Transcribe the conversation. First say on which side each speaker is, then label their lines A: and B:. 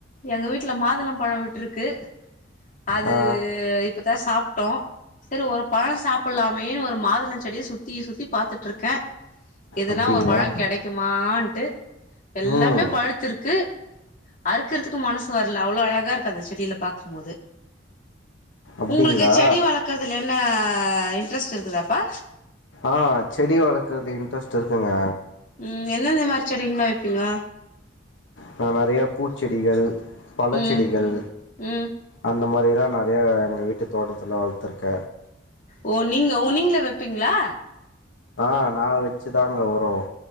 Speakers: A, on the left; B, on the left.
A: எங்க வீட்ல மாதுளம் பழோ விட்டுருக்கு அது
B: ஆ
A: இப்பதா சாப்டோ செரி ஒரு பழோ சாப்டலாமே ஒரு மாதுள செடிய சுத்தி சுத்தி பாத்துட்டு இருக்க எதுனா
B: அப்டிங்களா
A: ஒரு பழோ கெடைக்குமான்டு எல்லாமே
B: ம்
A: பழுத்துருக்கு அறுக்கறதுக்கு மனசு வரல அவ்ளோ அழகா இருக்கு அந்த செடில பாக்கும் போது
B: அப்டிங்களா
A: உங்களுக்கு செடி வளக்குறது ல என்ன இன்ட்ரெஸ்ட் இருக்குதாப்பா
B: ஆ செடி வளக்கறது இன்ட்ரெஸ்ட் இருக்குங்க
A: ம் எந்தெந்த மாரி செடிங்களா வெப்பீங்க
B: நா நறைய பூச்செடிகள் பழச்செடிகள்
A: ம் ம்
B: அந்த மாரிலா நறையா எங்க வீட்டு தோட்டத்துல வளத்துருக்க
A: ஓ நீங்க ஓ நீங்களே வெப்பீங்ளா
B: ஆ நா வச்சு தாங்க வரு